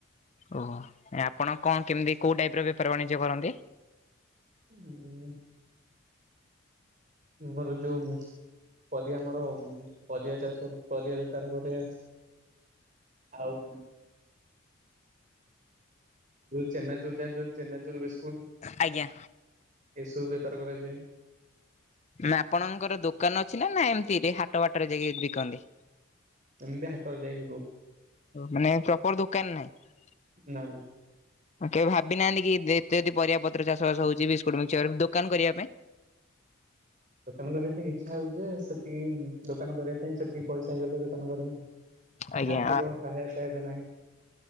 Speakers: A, on the left; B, on the right.
A: ଓହୋ। ନାଇ ଆପଣ କଣ କେମିତି କୋଉ ଟାଇପ୍ ର ବେପାର ବାଣିଜ୍ୟ କରନ୍ତି?
B: ମୁଁ ମୁଁ ଭଲ ଯୋଉ ମୁଁ ପରିବା ଆମର ପରିବା ଚାଷ ପରିବା ବେପାର କରେ। ଆଉ ଚେନାଚୁର୍ ଜାଣିଚନ୍ତି ଚେନାଚୁର୍ ବିସ୍କୁଟ
A: ଆଜ୍ଞା
B: ଏସବୁ ବେପାର କରାଯାଏ।
A: ନା ଆପଣଙ୍କର ଦୋକାନ ଅଛି ନା ନା ଏମିତି ରେ ହାଟ ବାଟରେ ଯାଇକି ବିକନ୍ତି?
B: ଏମିତି ହାଟରେ ଯାଇକି ବିକୁ।
A: ମାନେ ପ୍ରପର ଦୋକାନ ନାହିଁ?
B: ନା ନା
A: କେବେ ଭାବି ନାହାନ୍ତି କି ଏତେ ଯଦି ପରିବା ପତ୍ର ଚାଷ ବାସ ହଉଚି ବିସ୍କୁଟ ମିକ୍ସଚର ଦୋକାନ କରିବା ପାଇଁ?
B: ଦୋକାନ କରିବା ପାଇଁ ଇଚ୍ଛା ହଉଚି ଯେ, ସେତିକି ଦୋକାନ କରିବା ପାଇଁ ସେତିକି ପଇସା ହେଇଗଲେ କରିବୁ।
A: ଆଜ୍ଞା
B: ଆର୍ଥିକ ସହାୟତା ଏବେ ନାହିଁ।